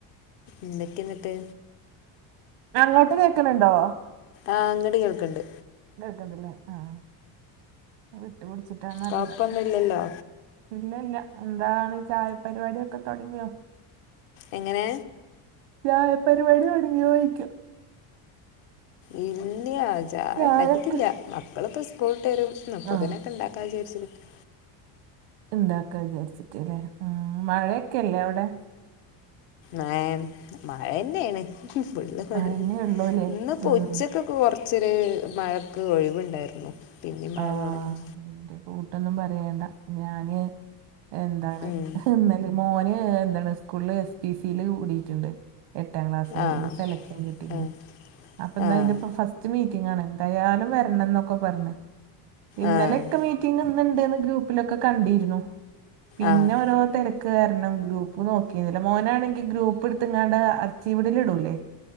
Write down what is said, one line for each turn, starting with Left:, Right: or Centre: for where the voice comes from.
Left: എന്തൊക്കെയ എന്നിട്ട്
Right: അങ്ങോട്ട് കേക്കണണ്ടോ
Left: ആഹ് അങ്ങട് കേൾക്കണ്ട്
Right: കേൾക്കുന്നുണ്ടല്ല ആഹ് വിട്ടു പിടിച്ചിട്ടാന്ന് ആറിയില്ല
Left: കൊഴപ്പൊന്നുല്ലല്ലോ
Right: ഇല്ല ഇല്ല എന്താണ് ചായ പരിപാടിയൊക്കെ തോടങ്ങിയോ
Left: എങ്ങനെ
Right: ചായപരിപാടി തൊടങ്ങിയാേയ്ക്ക
Left: ഇല്ല്യ ചായ
Right: ചായൊക്കെ
Left: ഇണ്ടാക്കിട്ടില്ല മക്കള് ഇപ്പോ സ്കൂള് വിട്ട് വരും അപ്പത്തന്നെ
Right: ആ
Left: ഒക്ക ഉണ്ടാക്കും <unintelligible>
Right: എന്താക്കാന്ന് വിചാരിച്ചിട്ടല്ലേ ഉം മഴയൊക്കെല്ലേ അവിടെ
Left: ഏഹ് മഴ തന്നെയാണ് എന്ത് പരിപാടി
Right: മഴന്നെ ഉള്ളൂല്ലേ
Left: ഇന്ന് ഇപ്പോ
Right: ഉം
Left: ഉച്ചക്ക് ഇന്ന് കൊറച്ചൊരു മഴക്ക് ഒഴിവുണ്ടായിരുന്നു പിന്നെ മഴ
Right: ആഹ്
Left: തുടങ്ങി
Right: ഇന്റെ കൂട്ടൊന്നും പറയണ്ട ഞാന് എന്താണ്
Left: ഉം
Right: ഹ് ഇന്നാല മോന് എന്താണ് സ്കൂളില് എസ് പി സില് കൂടിട്ടുണ്ട് എട്ടാം ക്ലാസ്സില്
Left: ആഹ്
Right: ല് സെലക്ഷൻ കിട്ടിക്ക്ണ്
Left: ആഹ്
Right: അപ്പന്നാ
Left: ആഹ്
Right: അയിന്റെ പൊ ഫസ് മീറ്റിംഗ് ആണ് എന്തായാലും വരണം എന്നൊക്കെ പറഞ്ഞ് ഇന്നലെ
Left: ആഹ്
Right: ഒക്ക മീറ്റിംഗ് ഇന്ന് ഉണ്ടന്ന് ഗ്രൂപ്പിലൊക്കെ കണ്ടിരുന്നു പിന്നെ
Left: ആഹ്
Right: ഓരോ തെര ക്ക് കാരണം ഗ്രൂപ്പ് നോക്കിന്നില്ല മോനാണെങ്കിൽ ഗ്രൂപ്പ് എടുത്ത് ഇങ്ങാട് അർച്ചീവിൽ ഇടൂലെ